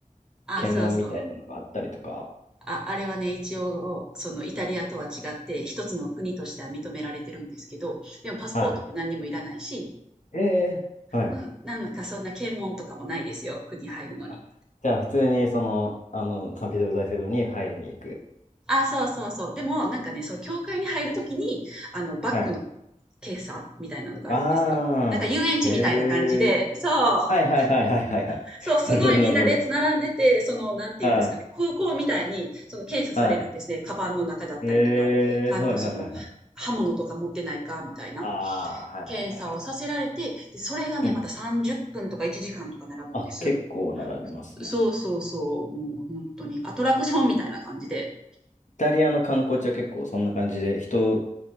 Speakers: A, in the centre; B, on the left.
A: あ、
B: 検問みたいなのがあったりとか。
A: そうそう。あ、あれはね、一応、そのイタリアとは違って、一つの国としては認められてるんですけど、でもパスポートも何にもいらないし、
B: はい。ええはい。
A: うん、なんかそんな検問とかもないですよ、国入るのに。
B: あ、じゃあ、普通にその、あの、サンピドロ大聖堂に入りに行く。
A: あ、そうそうそう。でも、なんかね、そう、教会に入るときに、あの、バッグの
B: はい。
A: 検査みたいなのがあるんですよ。
B: ああ、
A: なんか遊園地みたいな感じで、
B: へえ。
A: そう、
B: はいはいはいはいはいはい。
A: そう、すごいみんな列並んでて、
B: <laughs> なるほどなるほど。
A: その、なんていうんですかね、
B: はい。
A: 空港みたいに、その検査されるんですね。
B: はい。
A: カバンの中だったりとか、
B: えー、
A: ちゃんとその、
B: はいはいはいはい。
A: 刃物とか持ってないか、みたいな。
B: ああ、はいはいはいはい。
A: 検査をさせられて、で、それがね、
B: うん。
A: また30分とか1時間とか並ぶんです。
B: あ、結構並びますね。
A: そうそうそう、もう本当にアトラクションみたいな感じで。
B: イタリアの観光地は結構そんな感じで人